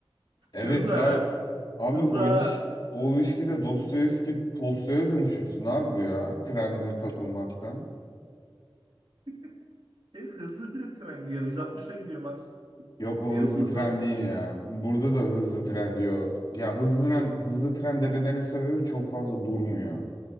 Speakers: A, on the left (about 55°); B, on the right (about 75°).
A: Evet
B: Hızlı
A: ya
B: ha.
A: abi
B: Hızlı
A: o
B: ha.
A: iliş o ilişkide Dostoyevski Tolstoy'a dönüşürsün abi ya trende takılmaktan.
B: <laughs> Bir hızlı bir de tren gidiyor. 160'la gidiyor Max.
A: Yok o
B: Neresi
A: hızlı
B: hızlı
A: tren
B: abi?
A: değil ya. Burada da hızlı tren diyor. Ya hızlı tren, hızlı tren demelerinin sebebi çok fazla durmuyor.